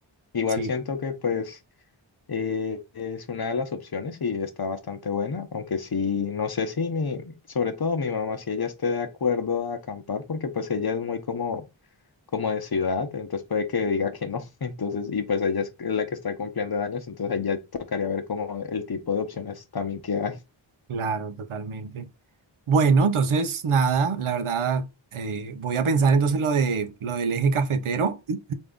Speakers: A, on the left (about 50°); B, on the right (about 80°).
A: Igual
B: Sí,
A: siento que pues eh, es una de las opciones y está bastante buena. Aunque sí, no sé si mi, sobre todo mi mamá, si ella esté de acuerdo a acampar, porque pues ella es muy como como de ciudad, entonces puede que diga que no, <laughs> entonces, y pues ella es la que está cumpliendo años, entonces ahí ya tocaría ver como el tipo de opciones también que hay. <laughs>
B: claro, totalmente. Bueno, entonces nada, la verdad, eh, voy a pensar entonces lo de lo del eje cafetero. <clears throat>